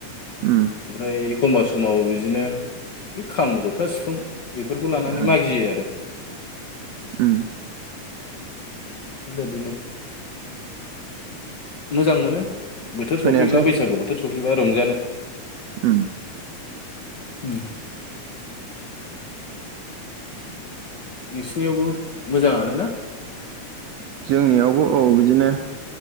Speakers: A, on the right (about 75°); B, on the left (about 55°).
A: उम
B: ओमफ्राय एखमबा समाव बिदिनो बे खाम जथा सिफुं बेफोरखौ लानानै
A: उम
B: मागियो आरो।
A: उम
B: बेबादिनो मोजां मोनो बोथोर
A: खोनायासै
B: सफैब्ला बैसागु बोथोर सफैब्ला रंजानो।
A: ओम
B: उम
A: <unintelligible>
B: नोंसिनियावबो मोजाङानो ना?
A: जोंनियावबो औ बिदिनो